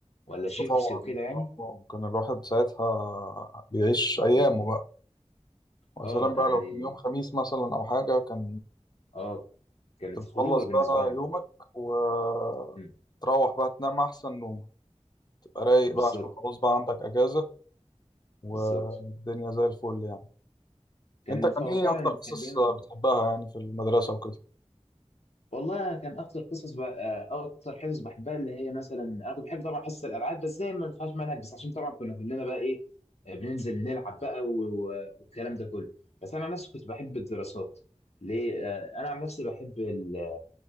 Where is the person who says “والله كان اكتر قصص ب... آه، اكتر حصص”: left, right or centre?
Left